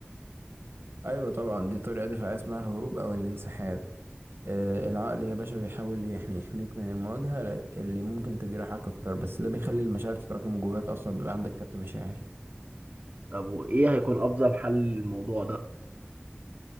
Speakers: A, on the right; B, on the right.
A: ايوه طبعا دي طريقه دفاعيه اسمها الهروب او الانسحاب آه، العقل يا باشا بيحاول يحمي يحميك من المواجهة اللي ممكن تجرحك أكتر بس ده بيخلي المشاعر تتراكم جواك أصلا بيبقى عندك كبت مشاعر
B: طب وايه هيكون افضل حل للموضوع ده